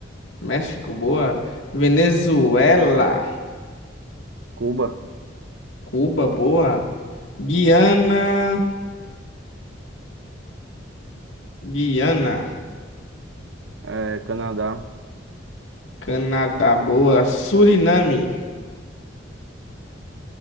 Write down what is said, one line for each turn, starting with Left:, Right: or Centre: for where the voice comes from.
Left: México, boa. Venezuela,
Right: Cuba,
Left: Cuba, boa. Guiana, Guiana,
Right: eh, Canadá.
Left: Canadá, boa. Suriname,